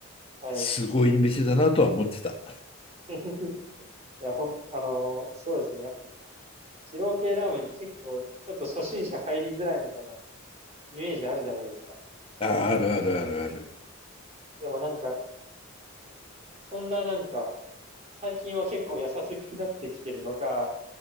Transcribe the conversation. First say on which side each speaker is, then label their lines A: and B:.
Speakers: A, on the right; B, on the left.
A: はい。
B: すごい店だなとは思ってた。
A: <laughs> いや、ほん、あのーそうですね。やっぱ、二郎系ラーメンって結構、ちょっと初心者入りづらいみたいなイメージあるじゃないですか。
B: あ、あるあるあるある。
A: でもなんか、そんななんか、最近は結構優しくなってきてるのか、